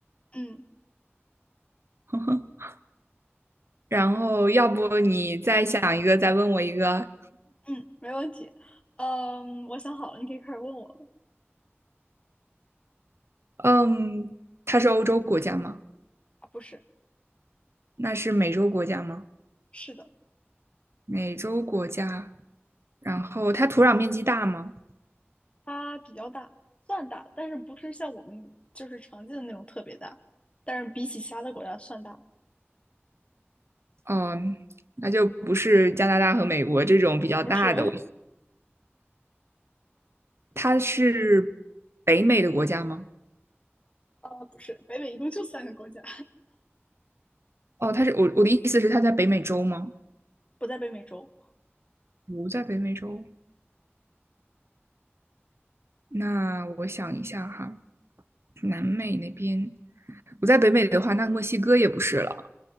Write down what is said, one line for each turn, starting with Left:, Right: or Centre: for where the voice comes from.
Left: 嗯
Right: <laughs> 然后要不你再想一个，再问我一个。
Left: 嗯，没问题。嗯，我想好了，你可以开始问我了。
Right: 嗯，它是欧洲国家吗？
Left: 啊不是，
Right: 那是美洲国家吗？
Left: 是的，
Right: 美洲国家。然后它土壤面积大吗？
Left: 它比较大，算大，但是不是像我们就是常见的那种特别大，但是比起其他的国家算大。
Right: 嗯，那就不是加拿大和美国这种比较大的。
Left: 不是，
Right: 我它是北美的国家吗？
Left: <laughs> 呃，不是，北美一共就三个国家，
Right: 哦，它是我我的意思是它在北美洲吗？
Left: <laughs> 不在北美洲。
Right: 不在北美洲。那我想一下哈，南美那边不在北美的话，那墨西哥也不是了。